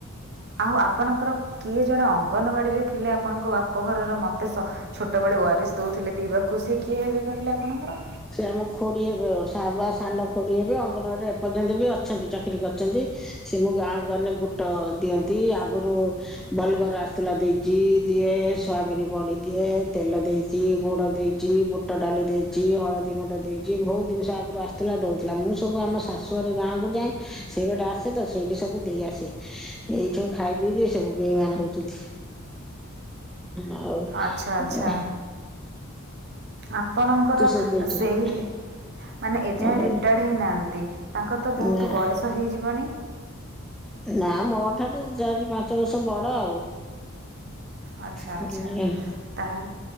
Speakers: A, on the right; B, in the centre.
A: ଆଉ ଆପଣଙ୍କର କିଏ ଜଣେ ଅଙ୍ଗନବାଡ଼ିରେ ଥିଲେ ଆପଣଙ୍କ ବାପଘରର ମ ଶ ଛୋଟବେଳେ ଓଆରେସ୍ ଦେଉଥିଲେ ପିଇବାକୁ ସେ କିଏ ହେବେ କହିଲେ ଆପଣଙ୍କର?
B: ସିଏ ଆମ ଖୁଡି ହେବେ ସବା ସାନ ଖୁଡି ହେବେ ଅଙ୍ଗନବାଡିରେ ଏପର୍ଯ୍ୟନ୍ତ ବି ଅଛନ୍ତି ଚାକିରୀ କରିଚନ୍ତି। ସିଏ ମୋ ଗାଁକୁ ଗନେ ବୁଟ ଦିଅନ୍ତି ଆଗୁରୁ ବଲଗୋର ଆସୁଥିଲା ଦେଇଚି ଦିଏ ସୋୟାବିନ ବଢି ଦିଏ ତେଲ ଦେଇ ଚି ଗୁଡ ଦେଇଚି, ବୁ ବୁଟ ଡାଲି ଦେଇଚି, ହଳଦୀ ଗୁଣ୍ଡ ଦେଇଚି ଭଉତ ଦିନିଷ ଆଗୁରୁ ଆସୁଥିଲା ଦଉଥିଲା ମୁଁ ସବୁ ଆମ ଶାଶୁଘରେ ଗାଁ କୁ ଯାଏ ସେଇ ବାଟେ ଆସେ ତ ସେଇଠି ସବୁ ଦେଇ ଆସେ ଏଇଠୁ ଖାଇ ପିଇକି ସବୁ ବେଇମାନ ହଉଚନ୍ତି। ଆଉ
A: ଆଚ୍ଛା ଆଚ୍ଛା
B: ଏ
A: ଆପଣଙ୍କର
B: ସେ ଦେଇଛନ୍ତି
A: ସେଇ ମାନେ ଏଯାଏ
B: କଣ କହିଲେ
A: ରିଟାୟାର୍ଡ ହେଇନାହାନ୍ତି ତାଙ୍କର ତ ବହୁତ
B: ନା
A: ବୟସ ହେଇଯିବଣି?
B: ନା ମୋ ଠାରୁ ଚାରି ପାଞ୍ଚ ବର୍ଷ ବଡ ଆଉ।
A: ଆଚ୍ଛା
B: ଉଁ
A: ଆଚ୍ଛା। ତାହେଲ